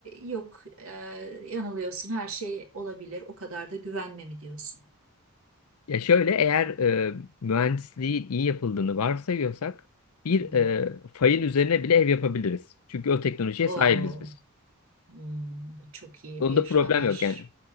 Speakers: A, on the right; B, on the left.
A: yok e, yanılıyorsun her şey olabilir o kadar da güvenme mi diyorsun?
B: Ya şöyle eğer e, mühendisliğin iyi yapıldığını varsayıyorsak bir
A: Hı hı.
B: e, fayın üzerine bile ev yapabiliriz. Çünkü o teknolojiye
A: Oo,
B: sahibiz biz.
A: hmm, bu çok iyi
B: Onda
A: bir
B: problem
A: haber.
B: yok yani.